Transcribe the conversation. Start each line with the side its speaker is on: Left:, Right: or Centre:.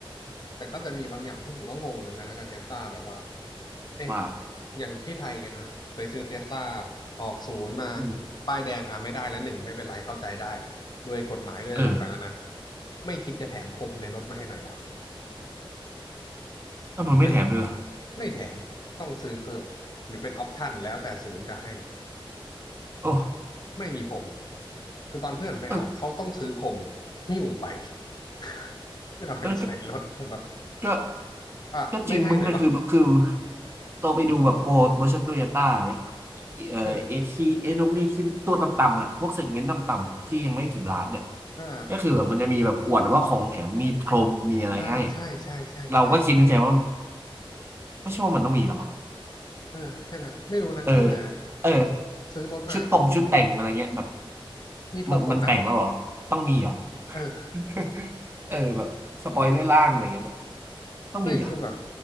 Left: แต่ก็จะมีบางอย่างที่ผมก็งงเหมือนกันนะกับเทสลาแบบว่า เอ๊ะ
Right: ว่า
Left: อย่างที่ไทยเงี้ยอ่ะไปซื้อเทสลาออกศูนย์มา
Right: อืม
Left: ป้ายแดงอ่ะไม่ได้แล้วหนึ่งไม่เป็นไรเข้าใจได้ด้วยกฎหมายด้วยอะไรต่างๆนะ
Right: เออ
Left: ไม่คิดจะแถมพรมในรถมาให้หน่อยเหรอ
Right: ก็มันไม่แถมเลยเหรอ
Left: เป็นไม่แถม ต้องซื้อเพิ่ม หรือเป็นออปชั่นแล้วแต่ศูนย์จะให้
Right: โอ้
Left: ไม่มีพรมคือตอนเพื่อนไปเอา
Right: เออ
Left: เขาต้องซื้อพรมหิ้วไป <laughs> เพื่อเอาไปใส่รถผมแบบ
Right: เออก็ก็
Left: อ่ะไม่ให้หน่อยเหรอ
Right: ก็จริงมั้งนะคือคือโตไปดูแบบโปร์ชั่นโตโยต้าเนี่ยเอ่อเอทีเอทงเอทีตัวต่ำๆอ่ะพวกเซกเมนต์ต่ำๆที่ยังไม่ถึงล้านเนี่ย
Left: เอออ่า
Right: ก็คือแบบมันจะมีแบบอวดว่าของแถมมีพรมมีอะไรให้
Left: อ่าใช่ใช่ใช่ใช่
Right: เราก็คิดในใจว่าไม่ใช่ว่ามันต้องมีหรอ
Left: เออใช่ไหมไม่รู้นะตั้งแต่
Right: เออเออ
Left: ซื้อรถมามี
Right: ชุดตรงชุดแต่งอะไรเงี้ยแบบ
Left: มีพรมหมดนะ
Right: มันมันแต่งแล้วเหรอต้องมีเหรอ
Left: เออ
Right: <laughs> เออแบบสปอยเลอร์ล่างอะไรเงี้ยแบบต้องมีเหรอ
Left: ไม่คือแบบ